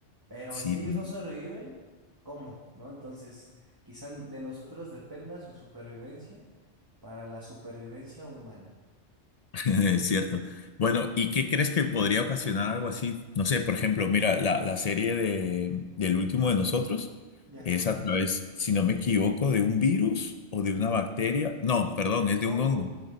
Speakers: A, on the right; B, on the left.
A: Pero
B: Sí,
A: si ellos no sobreviven, ¿cómo? ¿No? Entonces, quizá de nosotros dependa su supervivencia para la supervivencia humana.
B: <laughs> Es cierto. Bueno, ¿y qué crees que podría ocasionar algo así? No sé, por ejemplo, mira, la, la serie de, del último de nosotros
A: Ya.
B: es a través, si no me equivoco, de un virus o de una bacteria. No, perdón, es
A: Un
B: de
A: hongo.
B: un hongo.